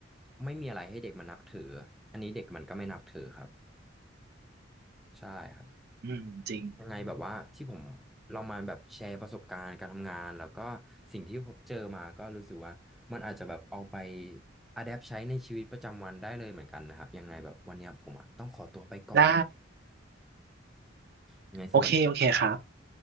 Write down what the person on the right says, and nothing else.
อืมจริง
ได้
โอเคโอเคครับ